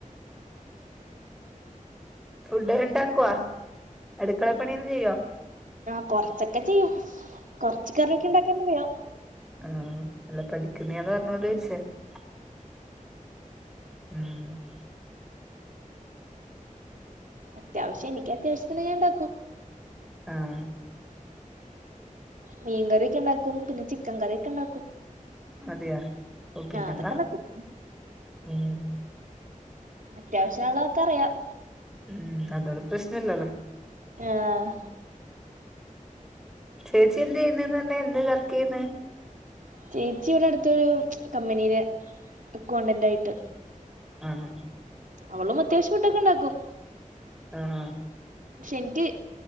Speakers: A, in the centre; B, on the right.
A: ഫുഡ് ഉണ്ടാക്കുമോ? അടുക്കളപ്പണിഒക്കെ ചെയ്യോ?
B: ആ കൊറച്ചൊക്കെ ചെയ്യും. കൊറച്ച് കറിയൊക്കെ ഉണ്ടാക്കാൻ അറിയാം.
A: ആ അല്ല പഠിക്കുന്നതാന്ന് പറഞ്ഞോണ്ട് ചോദിച്ചയാ. ഉം
B: അത്യാവശ്യ എനിക്ക് അത്യാവശ്യത്തിനു ഞാൻ ഉണ്ടാക്കും.
A: ആഹ്
B: മീൻ കറിയൊക്കെ ഉണ്ടാക്കും. പിന്നെ ചിക്കൻ കറിയൊക്കെ ഉണ്ടാക്കും.
A: അതെയോ ഓ പിന്നെന്താ?
B: അതൊക്കെ ഇണ്ടാക്കും
A: ഉം.
B: അത്യാവശ്യം ഉള്ളതൊക്കെ അറിയാം.
A: ഉം. അതുകൊണ്ട് പ്രശ്നമില്ലല്ലോ?
B: ആഹ്
A: ചേച്ചി എന്ത് ചെയ്യുന്നന്ന് പറഞ്ഞേ എന്താവർക്ക് ചെയ്യുന്നേ?
B: ചേച്ചി ഇവിടെ അടുത്തൊരു കമ്പിനിയില് അക്കൗണ്ടന്റ് ആയിട്ട്.
A: ആ ഹാ
B: അവളും അത്യാവശ്യം ഫുഡ് ഒക്കെ ഉണ്ടാക്കും.
A: ആഹ്
B: പക്ഷെ എനിക്ക്